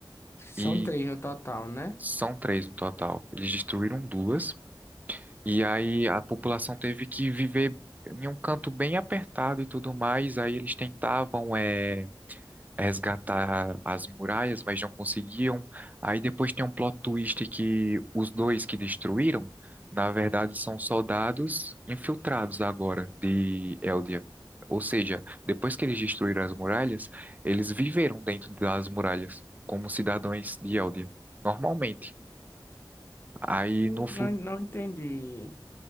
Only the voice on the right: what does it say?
e
são três no total. Eles destruíram duas e aí a população teve que viver em um canto bem apertado e tudo mais. Aí eles tentavam eh, é resgatar as muralhas, mas não conseguiam. Aí depois tem um plot twist que os dois que destruíram, na verdade, são soldados infiltrados agora de Eldia. Ou seja, depois que eles destruíram as muralhas, eles viveram dentro das muralhas, como cidadãos de Eldia, normalmente. Aí
no futuro.